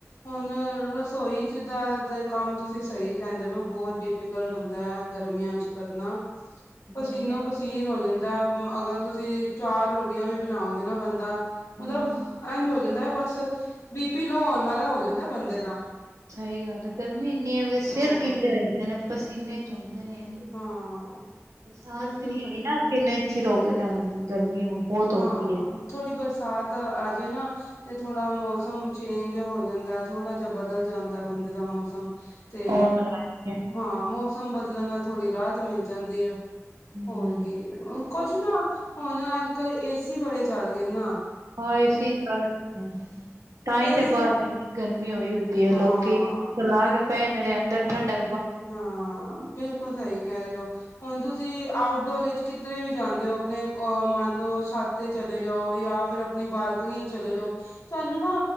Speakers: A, on the left (about 70°); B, on the right (about 75°).
A: ਹੁਣ ਰਸੋਈ ਜਿੱਦਾਂ ਦੇ ਕੰਮ ਤੁਸੀਂ ਸਹੀ ਕਹਿੰਦੇ ਪਏ । ਬਹੁਤ ਡਿਫੀਕਲਟ ਹੁੰਦਾ ਹੈ ਗਰਮੀਆਂ ਚ ਕਰਨਾ । ਪਸੀਨੋ-ਪਸੀਨ
B: ਗਰਮੀ
A: ਹੋ ਜਾਂਦਾ । ਅਗਰ ਤੁਸੀਂ ਚਾਰ ਰੋਟੀਆਂ ਵੀ ਬਣਾਉਗੇ ਨਾ ਬੰਦਾ
B: ਹਮ
A: ਮਤਲਬ ਇੰਝ ਹੋ ਜਾਂਦਾ । ਬੀ ਪੀ ਲੋਅ ਹੋਣ ਵਾਲਾ ਹੋ ਜਾਂਦਾ ਬੰਦੇ ਦਾ ।
B: ਸਹੀ ਗੱਲ ਗਰਮੀ ਇੰਨੀ ਹੈ। ਸਿਰ
A: ਹਾਂ
B: ਗਿੱਲੇ ਹੋ ਜਾਂਦੇ ਨੇ ਪਸੀਨੇ ਚੋਂਦੇ ਨੇ ।
A: ਹਾਂ
B: ਬਰਸਾਤ
A: ਬਿਲਕੁਲ
B: ਵੀ ਨੀ
A: ਸਹੀ
B: ਆਈ ਨਾ ਕਿੰਨੇ ਚਿਰ ਹੋ ਗਏ ਨੇ । ਗਰਮੀ ਬਹੁਤ ਹੋ
A: ਹਾਂ
B: ਗਈ ਹੈ ।
A: ਥੋੜ੍ਹੀ ਬਰਸਾਤ ਆਜੇ ਨਾ ਤੇ ਥੋੜਾ ਮੌਸਮ । ਚੇਂਜ ਜਾ ਹੋ ਜਾਂਦਾ। ਥੋੜਾ ਜਿਹਾ ਬਦਲ ਜਾਂਦਾ ਬੰਦੇ ਦਾ ਮੌਸਮ । ਤੇ
B: ਉਹ ਤਾਂ ਹੈ ਹੀ ਏ
A: ਹੂੰ ਮੌਸਮ ਬਦਲਣ ਨਾਲ ਥੋੜ੍ਹੀ ਰਾਹਤ ਮਿਲ ਜਾਂਦੀ ਆ ।
B: ਹੂੰ
A: ਹੋਰ ਕੀ ਕੁਝ ਨਾ ਹੁਣ ਅੱਜ ਕੱਲ ਏਸੀ ਬੜੇ ਚੱਲ ਗਏ ਨਾ ।
B: ਹਾਂ ਇਸ ਹੀ ਚੱਲ ਤਾਂ ਹੀ
A: ਏਸੀ
B: ਤੇ ਬ । ਗਰਮੀ ਉਹੀ ਹੁੰਦੀ ਹੈ।
A: ਹਾਂ
B: ਲੋਕੀ ਸਲਾ ਕੇ ਭੈਦੇ ਨੇ ਅੰਦਰ ਠੰਡਾ।
A: ਹਾਂ । ਬਿਲਕੁਲ ਸਹੀ ਕਹਿ ਰਹੇ ਹੋ। ਹੁਣ ਤੁਸੀਂ ਆਊਟਡੋਰ ਵਿੱਚ ਕਿਧਰੇ ਵੀ ਜਾਂਦੇ ਹੋ । ਆਪਣੇ ਇਹ ਮੰਨ ਲਓ ਛੱਤ ਤੇ ਚਲੇ ਜਾਓ । ਜਾਂ ਫਿਰ ਆਪਣੀ ਬਾਲਕਨੀ ਚ ਚਲੇ ਜਾਓ ਤੁਹਾਨੂੰ ਨਾ